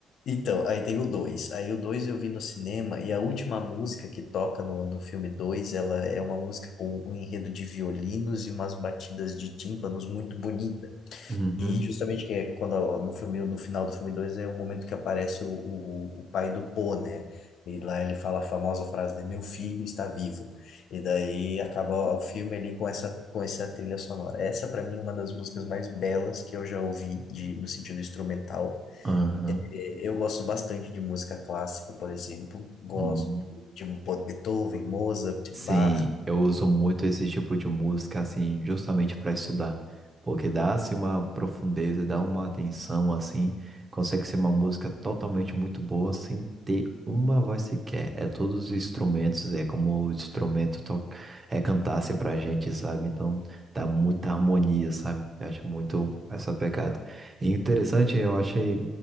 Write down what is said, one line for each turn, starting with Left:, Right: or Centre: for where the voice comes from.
Left: Então, aí tem o dois Aí o 2 eu vi no cinema e a última música que toca no, no filme dois ela é uma música com um enredo de violinos e umas batidas de tímpanos muito bonita.
Right: Uhum.
Left: E justamente que é quando ó, no filme, no final do filme 2 é o momento que aparece o, o, o pai do Po, né? E lá ele fala a famosa frase, né? Meu filho está vivo. E daí acaba o filme ali com essa, com essa trilha sonora. Essa, para mim, é uma das músicas mais belas que eu já ouvi de, no sentido instrumental
Right: Aham.
Left: é, Eu gosto bastante de música clássica, por exemplo. Gosto
Right: uhum.
Left: de Bo- Beethoven, Mozart,
Right: Sim,
Left: Bach.
Right: eu uso muito esse tipo de música, assim, justamente para estudar, porque dá, assim, uma profundeza, dá uma atenção, assim, consegue ser uma música totalmente muito boa, sem ter uma voz sequer. É todos os instrumentos, é como o instrumento to é, cantasse pra gente, sabe? Então, dá muita harmonia, sabe? Eu acho muito essa pegada. E interessante, eu achei